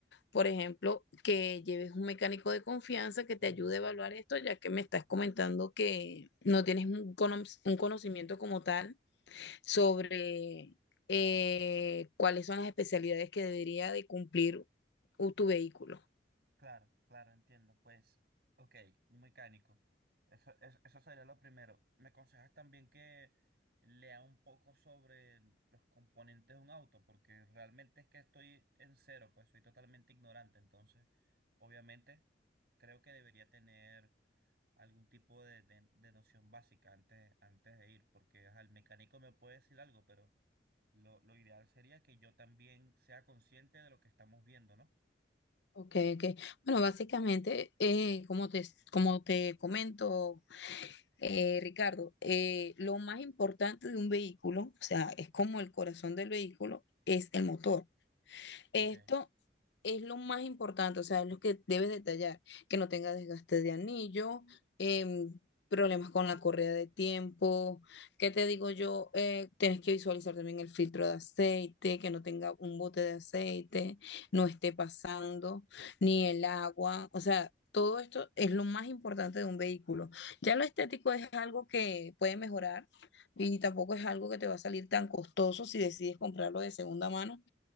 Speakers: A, on the left; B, on the right.
A: por ejemplo, que lleves un mecánico de confianza que te
B: Mm,
A: ayude a evaluar esto, ya que me estás comentando que no tienes un, cono- un conocimiento como tal sobre eh, cuáles son las especialidades que debería de cumplir u- tu vehículo.
B: claro, claro, entiendo. Pues, ok, un mecánico. Eso, eso, eso sería lo primero. ¿Me aconsejas también que lea un poco sobre los componentes de un auto? Porque realmente es que estoy en cero, pues soy totalmente ignorante. Entonces, obviamente, creo que debería tener algún tipo de, de- de noción básica antes, antes de ir, porque ajá, el mecánico me puede decir algo, pero lo, lo ideal sería que yo también sea consciente de lo que estamos viendo, ¿no?
A: Ok, ok. Bueno, básicamente, eh, como te, como te comento, eh, Ricardo, eh, lo más importante de un vehículo, o sea, es como el corazón del vehículo, es el motor. Esto
B: Ok,
A: es lo más importante, o sea, es lo que debes detallar, que no tenga desgaste de anillo, em, problemas con la correa de tiempo, ¿qué te digo yo? Eh, tienes que visualizar también el filtro de aceite, que no tenga un bote de aceite, no esté pasando, ni el agua, o sea... Todo esto es lo más importante de un vehículo. Ya lo estético es algo que puede mejorar y tampoco es algo que te va a salir tan costoso si decides comprarlo de segunda mano